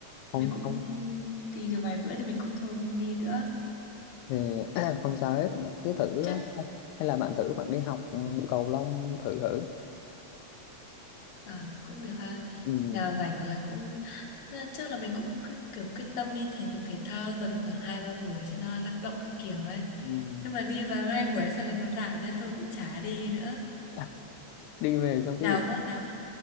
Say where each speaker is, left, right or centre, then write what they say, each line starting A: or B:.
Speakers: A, on the left; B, on the left.
A: không
B: mình cũng đi được vài bữa thì mình cũng thôi không đi nữa
A: thì <clears throat> không sao hết bạn cứ thử
B: chắc
A: á. hay là bạn thử bạn đi học ừ, cầu lông thử thử
B: À, cũng được ha.
A: ừ.
B: Nào rảnh là cũng à, trước là mình cũng cứ kiểu quyết tâm đi thể dục thể thao tuần khoảng hai ba buổi cho nó năng động các kiểu ấy.
A: Ừ. <laughs>
B: Nhưng mà đi vào hai buổi sau là nó nản nên thôi cũng chả đi nữa.
A: À, đi về xong
B: Nào
A: cái việc
B: có nào